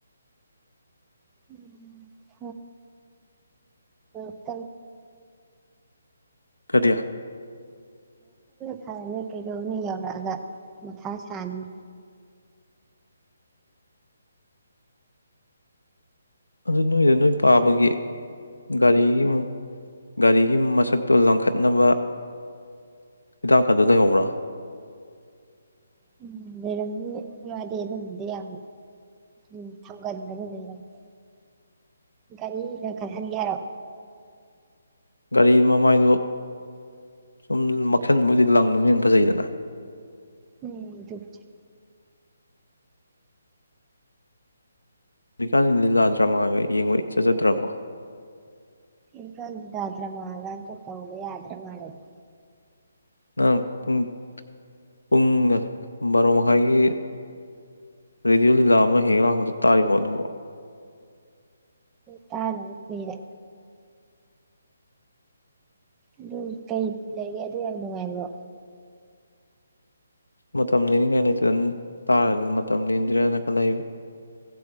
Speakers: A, on the right; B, on the left.
A: <unintelligible> ꯐꯔ <unintelligible>
B: ꯀꯔꯤ
A: ꯐꯔꯅꯤ ꯀꯩꯗꯧꯅꯤ ꯌꯧꯔꯛꯑꯒ ꯃꯊꯥ ꯁꯥꯅꯤ
B: ꯑꯗꯨ ꯅꯣꯏꯗ ꯅꯣꯏ ꯄꯥꯕꯒꯤ ꯒꯥꯔꯤꯒꯤ ꯒꯥꯔꯤꯒꯤ ꯃꯁꯛꯇꯣ ꯂꯪꯈꯠꯅꯕ ꯍꯤꯗꯥꯛ ꯑꯗꯨ ꯂꯩꯍꯧꯕ꯭ꯔꯥ
A: ꯎꯝ ꯂꯩꯔꯝꯅꯤ ꯃꯥꯗꯤ ꯑꯗꯨꯝꯕꯗꯤ ꯌꯥꯝ ꯎ ꯊꯝꯒꯟꯕꯗꯨ ꯂꯩꯔꯝꯃꯤ ꯒꯥꯔꯤꯗ ꯈꯜꯍꯟꯒꯦꯔꯣ
B: ꯒꯥꯔꯤ ꯃꯃꯥꯏꯗꯣ ꯁꯨꯝ ꯃꯛꯁꯟꯕꯨꯣꯏꯗꯤ ꯂꯪꯗꯅ ꯍꯟꯅ ꯐꯖꯩꯗꯅ
A: ꯎꯝ ꯑꯗꯨꯖ
B: ꯍꯧꯖꯤꯛꯀꯥꯟ ꯂꯤ ꯂꯤꯂꯥꯗ꯭ꯔꯃꯥꯒ ꯌꯦꯡꯕ ꯏꯆꯖꯗ꯭ꯔꯕꯣ
A: ꯏꯒꯟꯗꯗ꯭ꯔ ꯃꯥꯒ ꯇ ꯇꯧꯕꯕ ꯌꯥꯗ꯭ꯔꯥ ꯃꯥꯗꯤ
B: ꯅꯪ ꯄꯨꯡ ꯄꯨꯡ ꯕꯥꯔꯣ ꯃꯈꯥꯏꯒꯤ ꯔꯦꯗꯤꯑꯣ ꯂꯤꯂꯥ ꯑꯃ ꯍꯦꯛꯒ ꯂꯥꯛꯄꯗ ꯇꯥꯔꯤꯕ ꯑꯗꯨꯕꯨ
A: ꯇꯥ ꯑꯗꯨ ꯀꯔꯦ ꯑꯗꯨ ꯀꯩ ꯂꯩꯒꯦ ꯑꯗꯨ ꯌꯥꯝ ꯅꯨꯡꯉꯥꯏꯕ꯭ꯔꯣ
B: ꯃꯇꯝ ꯂꯤꯅꯤꯡꯉꯥꯏ ꯂꯩꯇꯗꯅ ꯇꯥꯔꯗꯤ ꯃꯇꯝ ꯂꯤꯗ꯭ꯔꯦꯅ ꯈꯜꯂꯛꯕ